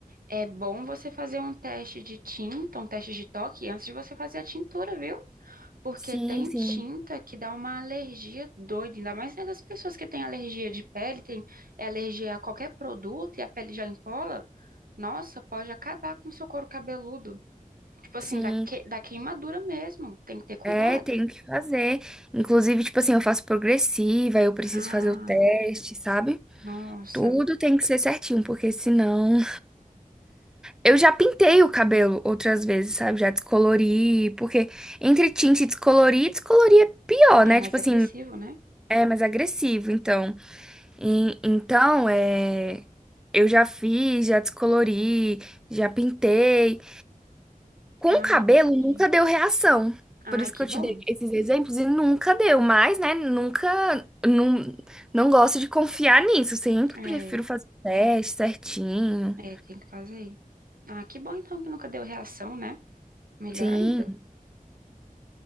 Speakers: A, on the right; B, in the centre.
A: é bom você fazer um teste de tinta, um teste de toque antes de você fazer a tintura, viu? Porque
B: Sim,
A: tem
B: sim.
A: tinta que dá uma alergia doida, ainda mais nessas pessoas que têm alergia de pele, tem é alergia a qualquer produto e a pele já empola, nossa, pode acabar com o seu couro cabeludo. Tipo assim,
B: Sim.
A: da, que, da queimadura mesmo, tem que ter cuidado.
B: É, tenho que fazer. Inclusive, tipo assim, eu faço progressiva, eu preciso
A: Ah,
B: fazer o teste, sabe?
A: nossa,
B: Tudo tem que ser certinho, porque senão. Eu já pintei o cabelo outras vezes, sabe? Já descolori, porque entre tinte e descolorir, descolorir é pior, né?
A: é mais
B: Tipo
A: agressivo,
B: assim,
A: né?
B: é mais agressivo, então. E- então, é. Eu já fiz, já descolori, já pintei. Com
A: Ah,
B: cabelo
A: entendi.
B: nunca deu reação.
A: Ai,
B: Por isso
A: que
B: que eu
A: bom.
B: te dei esses exemplos e nunca deu, mas, né, nunca, não, não gosto de confiar nisso. Sempre
A: É,
B: prefiro fazer o teste certinho.
A: é, tem que fazer. Ah, que bom então que nunca deu reação, né? Melhor
B: Sim.
A: ainda.